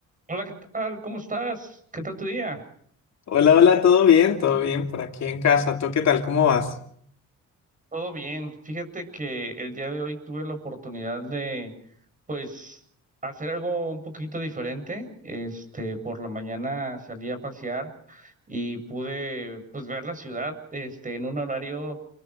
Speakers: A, on the right (about 25°); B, on the left (about 60°).
A: Hola, ¿qué tal? ¿Cómo estás? ¿Qué tal tu día?
B: Hola, hola, todo bien, todo bien por aquí en casa. ¿Tú qué tal? ¿Cómo vas?
A: Todo bien. Fíjate que el día de hoy tuve la oportunidad de, pues, hacer algo un poquito diferente. Este, por la mañana salí a pasear y pude, pues, ver la ciudad, este, en un horario